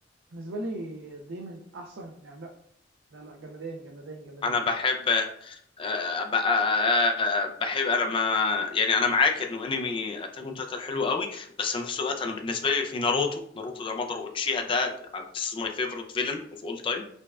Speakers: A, on the right; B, on the left.
A: بالنسبه لي دي من احسن يعني لا لا لا جمدان جمدان جمدان
B: انا بحب آه، ب- آه، آه، بحب انا ما يعني انا معاك انه انمي اتاك اون تايتن حلو قوي بس في نفس الوقت انا بالنسبه لي في ناروتو ناروتو ده مضر اوتشيها ده آه، this is my favorite villain of all time